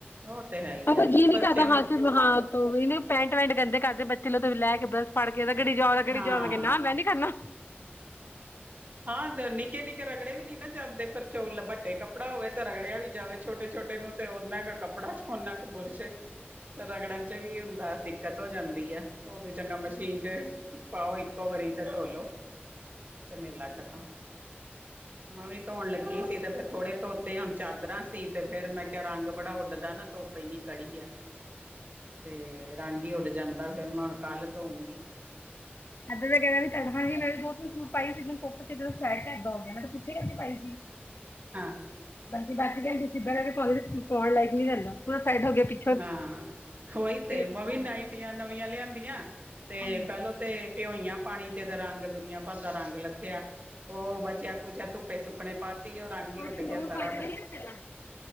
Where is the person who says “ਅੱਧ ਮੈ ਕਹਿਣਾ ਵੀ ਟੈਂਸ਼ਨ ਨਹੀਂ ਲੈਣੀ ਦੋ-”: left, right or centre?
Left